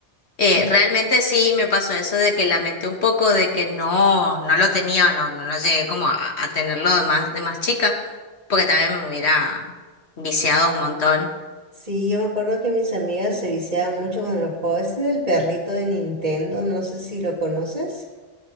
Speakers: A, on the left; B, on the right.
A: Eh,
B: Pues,
A: realmente sí me pasó eso de que lamenté un poco de que no, no lo tenía o no, no, no llegué como a, a tenerlo de más, de más chica, porque también me hubiera viciado un montón.
B: Sí, yo me acuerdo que mis amigas se viciaban mucho con el juego ese del perrito de Nintendo, no sé si lo conoces.